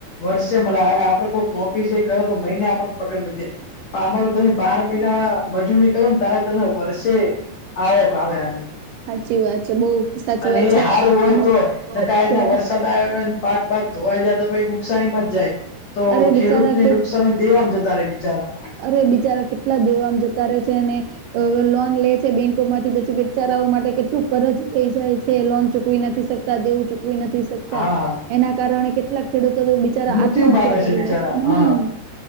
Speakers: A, on the left; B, on the right.
A: વરસે મલે, આ આ આપડે કોઈનો પીજે કરોતો મહિને આપને પગાર મલી જાય, આમાં તો તમે બાર મહિના પછી મજદૂરી કરોને, તારે તમે વર્ષે, આવક આવે આની.
B: સાચી વાત છે, બહુ સાચી
A: અને
B: વાત
A: એ
B: છે
A: હારુ હોય
B: અને
A: તો. ને ક્યાંના
B: તો
A: વરસાદ આવ્યો, પાક બાગ ધોવાઈ જાય, તો કઈ નુકસાનીમાં જાય. તો
B: અરે
A: ખેડૂત
B: બિચારા
A: ને નુકસાન દેવામ જતારે બિચારા.
B: અરે બિચારા કેટલા દેવામ જતા રહે છે, ને અ લોન લે છે બેંકો માંથી, પછી બેચારાઓ માટે કેટલું કરજ થઈ જાય છે, લોન ચૂકવી નથી શક તા, દેવું ચૂકવી નથી શકતા,
A: હા
B: એના કારણે કેટલાક ખેડૂતોતો બે ચારા
A: મૃત્યુ
B: આત્મહત્યા
A: પામે
B: કરી
A: બિચારા
B: લે છે, હમ્મ,
A: હા